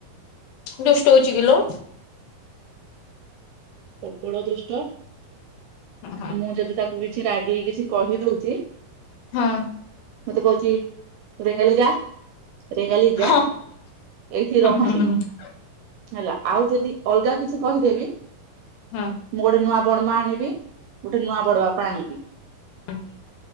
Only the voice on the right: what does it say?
ପ୍ରବଳ ଦୁଷ୍ଟ।
ମୁଁ ଯଦି ତାକୁ କିଛି ରାଗେଇ କିଛି କହିଦଉଛି
ମତେ କହୁଛି ତୋରେ ହେଲେ ଯା ରେଙ୍ଗାଲି ଯା
ଏଇଠି ରହନି
ହେଲା ଆଉ ଯଦି ଅଲଗା କିଛି କହିଦେବି।
ମୁଁ ଗୋଟେ ନୂଆ ବଡ ମା ଆଣିବି ଗୋଟେ ନୂଆ ବଡ ବାପା ଆଣିବି।